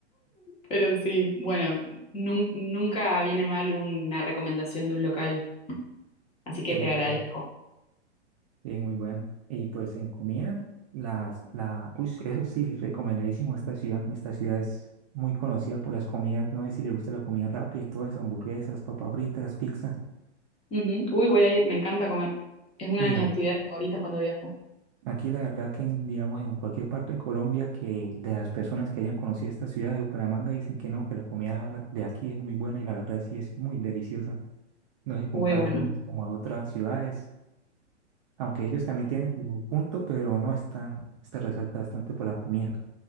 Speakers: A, on the left (about 15°); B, on the right (about 30°).
A: Pero sí, bueno, nun- nunca viene mal una recomendación de un local, así que
B: Sí,
A: te agradezco.
B: claro. Sí, muy bueno. Y pues en comida, las, la, uy, eso sí, recomendadísimo esta ciudad. Esta ciudad es muy conocida por las comidas, no sé si le gusta la comida rápida y todo eso, hamburguesas, papas fritas, pizza.
A: Ujú. Uy, voy a ir, me encanta comer. Es una
B: Uy,
A: de mis actividades favoritas cuando viajo.
B: Aquí la verdad que, en, digamos, en cualquier parte de Colombia, que de las personas que hayan conocido esta ciudad de Bucaramanga dicen que no, que la comida de aquí es muy buena y la verdad sí es muy deliciosa. No se compara
A: Uy, bueno.
B: Mm. como a otras ciudades, aunque ellos también tienen su punto, pero no, está, está resalta bastante por la comida.